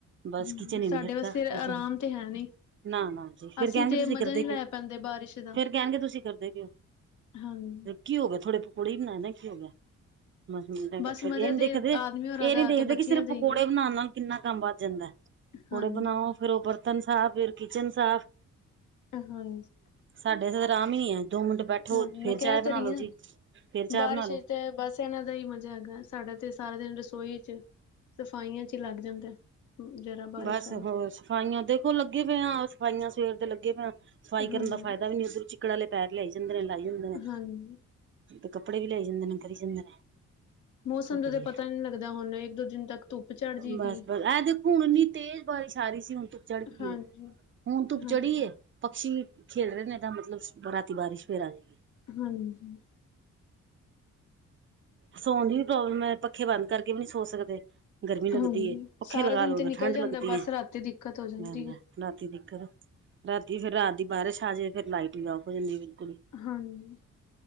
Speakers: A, on the right; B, on the left.
A: ਬਸ
B: ਹੂੰ
A: ਕਿਚਨ ਹੀ
B: ਸਾਡੇ
A: ਨਹੀਂ ਛੱਡਦਾ
B: ਵਸਤੇ
A: ਕਿਚਨ
B: ਆਰਾਮ ਤੇ ਹੈ ਨੀ,
A: ਨਾ ਨਾ ਜੀ ਫਿਰ
B: ਅਸੀਂ
A: ਕਹਿਣਗੇ,
B: ਤੇ
A: ਤੁਸੀਂ
B: ਮਜ਼ਾ
A: ਕਰਦੇ
B: ਨਹੀਂ
A: ਕਿਓ?
B: ਲੈ ਪਾਂਦੇ ਬਾਰਿਸ਼ ਦਾ,
A: ਫੇਰ ਕਹਿਣਗੇ ਤੁਸੀਂ ਕਰਦੇ ਕੀ ਓ?
B: ਹਾਂਜੀ।
A: ਕੀ ਹੋ ਗਿਆ ਥੋੜੇ ਪਕੌੜੇ ਹੀ ਬਣਾਏ ਨਾ ਕੀ ਹੋ ਗਿਆ, <unintelligible>
B: ਬਸ ਮਜ਼ਾ ਤੇ ਆਦਮੀ ਹੋਰਾਂ
A: ਇਹ
B: ਦਾ
A: ਨੀ ਦੇਖਦੇ
B: ਤੇ ਬੱਚਿਆਂ
A: ਕਿ ਸਿਰਫ
B: ਦਾ
A: ਪਕੌੜੇ
B: ਈ ਐ,
A: ਬਣਾਉਣ ਨਾਲ ਕਿੰਨਾ ਕੰਮ ਵੱਧ ਜਾਂਦਾ, ਪਕੌੜੇ
B: ਹਾਂਜੀ।
A: ਬਣਾਓ, ਫੇਰ ਉਹ ਬਰਤਨ ਸਾਫ਼ ਫਿਰ ਕਿਚਨ ਸਾਫ਼
B: ਹਾਂਜੀ,
A: ਸਾਡੇ ਇਹ ਆਰਾਮ ਹੀ ਹੈ ਦੋ ਮਿੰਟ ਬੈਠੋ
B: ਹਾਂਜੀ
A: ਫੇਰ
B: ਮੈਂ
A: ਚਾਅ
B: ਕਹਿ
A: ਬਣਾ
B: ਤਾਂ ਰਹੀ
A: ਲੋੋ
B: ਆ।
A: ਜੀ, ਫੇਰ ਚਾਹ
B: ਬਾਰਿਸ਼
A: ਬਣਾ ਲੋ
B: ਹੋਏ ਤੇ ਬਸ, ਪਹਿਲਾ ਜਾ ਹੀ ਮਜ਼ਾ ਹੈਗਾ, ਸਾਡਾ ਤੇ ਸਾਰਾ ਦਿਨ ਰਸੋਈ ਚ ਸਫਾਈਆਂ ਚ ਹੀ ਲੱਗ ਜਾਂਦਾ, ਹੂੰ ਜਰਾ, ਬਾਰਿਸ਼
A: ਬਸ
B: ਆਏ,
A: ਹੋਰ ਸਫਾਈਆਂ ਦੇਖੋ ਲੱਗੇ ਪਈਆਂ, ਸਫਾਈਆਂ ਸਵੇਰ ਦੇ ਲੱਗੇ ਪਈਆਂ। ਸਫਾਈ
B: ਹਾਂਜੀ।
A: ਕਰਨ ਦਾ ਫਾਇਦਾ ਵੀ ਨੀ ਉੱਧਰ ਵਿੱਚ, ਚੀਕੜ ਵਾਲੇ ਪੈਰ ਲਿਆਏ ਜਾਂਦੇ ਨੇ ਲਏ ਜਾਂਦੇ ਨੇ
B: ਹਾਂਜੀ,
A: ਤੇ ਕੱਪੜੇ ਵੀ ਲਿਆਏ ਜਾਂਦੇ ਨੇ ਕਰੀ ਜਾਂਦੇ ਨੇ,
B: ਮੌਸਮ
A: ਕੀ
B: ਦਾ
A: ਕਰੀਏ
B: ਤਾਂ ਪਤਾ ਹੀ ਨਹੀਂ ਲੱਗਦਾ, ਹੁਣ ਇੱਕ ਦੋ ਦਿਨ ਤੱਕ, ਧੁੱਪ ਚੜ ਜੇਗੀ।
A: ਬਸ ਬਸ ਇਹ ਦੇਖੋ, ਹੁਣ ਇੰਨੀ ਤੇਜ਼ ਬਾਰਿਸ਼ ਆ ਰਹੀ ਸੀ ਹੁਣ ਤੂੰ ਚੜ੍ਹ ਕੇ,
B: ਹਾਂਜੀ,
A: ਹੁਣ ਧੁੱਪ
B: ਹਾਂਜੀ,
A: ਚੜੀ ਆ ਪਕਸੀ ਖੇਲ ਰਹੇ ਨੇ ਏਦਾਂ, ਮਤਲਬ ਰਾਤੀ ਬਾਰਿਸ਼ ਫਿਰ ਆਨੀ ਹੈ,
B: ਹਾਂਜੀ,
A: ਸੌਣ ਦੀ ਵੀ ਪ੍ਰੋਬਲਮ ਹੈ, ਪੱਖੇ ਬੰਦ ਕਰਕੇ ਵੀ ਨੀ ਸੋ ਸਕਦੇ, ਗਰਮੀ ਲੱਗਦੀ
B: ਹਾਂਜੀ
A: ਆਂ ਪੱਖੇ
B: ਸਾਰਾ
A: ਲਗਾ
B: ਦਿਨ
A: ਲਓ,
B: ਤੇ
A: ਤਾਂ
B: ਨਿਕਲ
A: ਠੰਢ
B: ਜਾਂਦਾ
A: ਲੱਗਦੀ
B: ਬਸ
A: ਹੈ।
B: ਰਾਤੀ ਦਿੱਕਤ ਹੋ ਜਾਂਦੀ ਹੈ।
A: ਰਾਤੀ ਦਿੱਕਤ ਆ ਰਾਤੀ ਫੇਰ ਰਾਤ ਦੀ ਬਾਰਿਸ਼ ਆ ਜੇ ਫੇਰ ਲਾਈਟ ਵੀ ਔਫ ਹੋ ਜਾਂਦੀ ਕੁ,
B: ਹਾਂਜੀ,